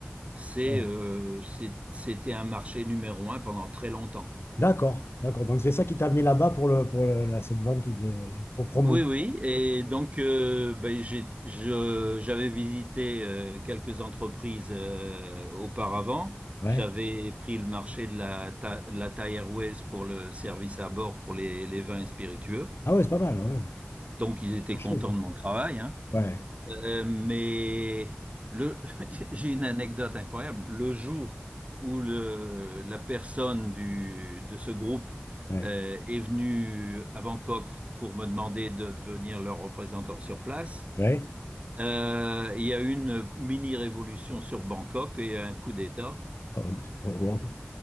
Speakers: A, on the right (about 35°); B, on the left (about 85°).
A: c'est,
B: ouais.
A: euh, c'est- c'était un marché numéro un pendant très longtemps.
B: D'accord, d'accord. Donc, c'est ça qui t'a amené là-bas pour le, pour le- la- cette vente de, pour promouvoir.
A: Oui, oui, et donc euh, ben, j'ai- je- j'avais visité euh, quelques entreprises euh, auparavant.
B: Ouais.
A: J'avais pris le marché de la, ta, de la Thai Airways pour le service à bord pour les, les vins et spiritueux.
B: Ah ouais, c'est pas mal, ouais.
A: Donc ils étaient
B: Marché,
A: contents de mon travail, hein.
B: Ouais,
A: Euh, mais le, <laughs> j'ai une anecdote incroyable. Le jour où le, la personne du, de ce groupe
B: ouais, ouais.
A: euh, est venue à Bangkok pour me demander de devenir leur représentant sur place,
B: Ouais.
A: euh, il y a eu une mini-révolution sur Bangkok et il y a eu un coup d'État.
B: Oh, oh, wow.